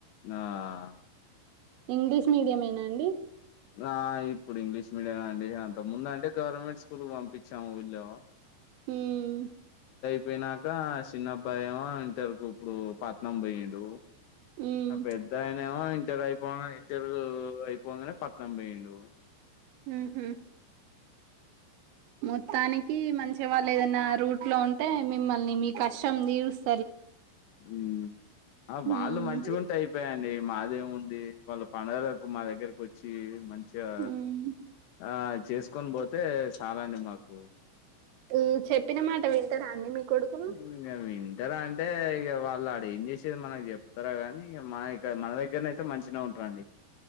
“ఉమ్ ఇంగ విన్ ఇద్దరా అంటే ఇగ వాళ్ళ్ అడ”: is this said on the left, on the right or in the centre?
Left